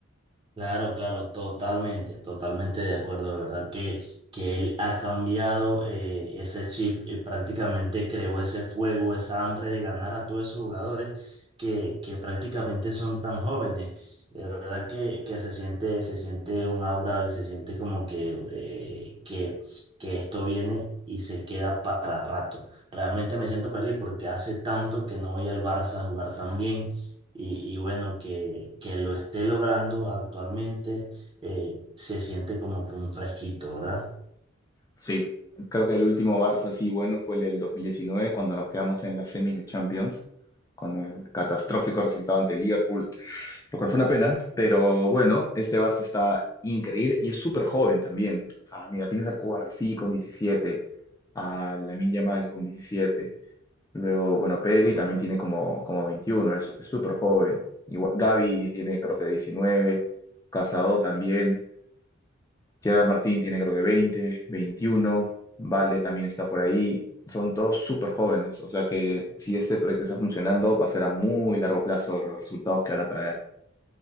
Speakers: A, on the right; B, on the left.
A: Claro, claro, totalmente, totalmente de acuerdo, de verdad que, que él ha cambiado eh, ese chip y prácticamente creó ese fuego, esa hambre de ganar a todos esos jugadores que, que prácticamente son tan jóvenes. De verdad que, que se siente, se siente un aura y se siente como que, eh, que, que esto viene y se queda para rato. Realmente me siento feliz porque hace tanto que no voy al Barça a jugar tan bien y, y bueno, que, que lo esté logrando actualmente, eh, se siente como que un fresquito, ¿verdad?
B: Sí, creo que el último Barça así bueno fue el del 2019, cuando nos quedamos en las semis de Champions, con el catastrófico resultado ante el Liverpool, lo cual fue una pena, pero bueno, este Barça está increíble y es súper joven también. O sea, mira, tienes a Cubarsí con 17, a Lamine Yamal con 17, luego, bueno, Pedri también tiene como, como 21, es es súper joven. Igual, Gavi tiene creo que 19, Casado también, Gerard Martín tiene creo que 20, 21, Vale también está por ahí. Son todos súper jóvenes, o sea que si este proyecto está funcionando, va a ser a muy largo plazo los resultados que van a traer.